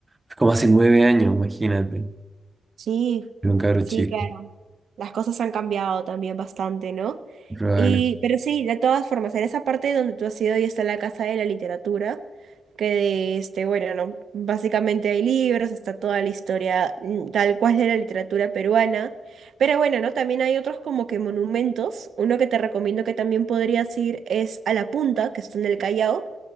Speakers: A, on the right; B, on the right.
A: Es Como hace nueve años, imagínate.
B: sí,
A: Era un cabro
B: sí,
A: chico.
B: claro. Las cosas han cambiado también bastante, ¿no?
A: Probable.
B: Y, pero sí, de todas formas, en esa parte donde tú has ido y está la Casa de la Literatura, que este, bueno, no, básicamente hay libros, está toda la historia mm, tal cual de la literatura peruana, pero bueno, ¿no? También hay otros como que monumentos, uno que te recomiendo que también podrías ir es a La Punta, que está en el Callao,